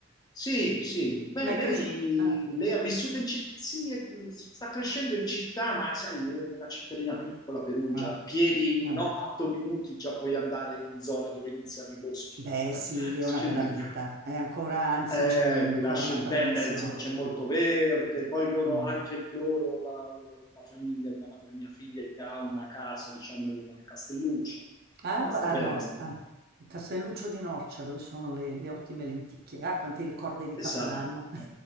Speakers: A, on the left (about 20°); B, on the right (about 45°).
A: Sì, sì. Beh,
B: Ma è
A: lei,
B: cresciuta... Ah,
A: lei ha vissuto in città, sì, è- sta crescendo in città, ma sai, è una cittadina piccola, Perugia,
B: ah,
A: a piedi
B: vabbè.
A: in otto minuti già puoi andare in zone dove iniziano i boschi.
B: Beh,
A: <laughs>
B: sì, lì è una
A: Quindi...
B: bella vita. È ancora, anzi,
A: Eh,
B: c'è un-
A: ti
B: ancora
A: lascio
B: una
A: intendere,
B: tradizione.
A: insomma, c'è molto verde, poi loro,
B: Mm.
A: anche loro, la, la- la famiglia della madre di mia figlia ha una casa, diciamo, nel, nel Castelluccio.
B: Ah,
A: No,
B: pa-
A: sta
B: ah,
A: bene,
B: no,
A: sta bene.
B: ah, Castelluccio di Norcia, dove sono le, le ottime lenticchie. Ah, quanti ricordi di Capodanno.
A: E sa,
B: <laughs>
A: <laughs>